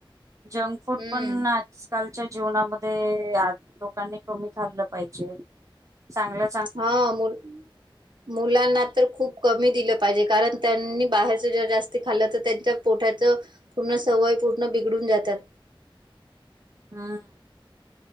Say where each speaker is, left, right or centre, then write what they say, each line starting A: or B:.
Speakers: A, on the right (about 35°); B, on the right (about 55°).
A: जंक फूड
B: हम्म
A: पण आजकालच्या जीवनामध्ये लोकांनी कमी खाल्लं पाहिजे. चांगल्या
B: हा मुल मुलांना तर खूप कमी दिलं पाहिजे कारण त्यांनी बाहेरच जर जास्त खाल्लं तर त्यांच्या पोठाचं पूर्ण सवय पूर्ण बिघडून जातात.
A: हा.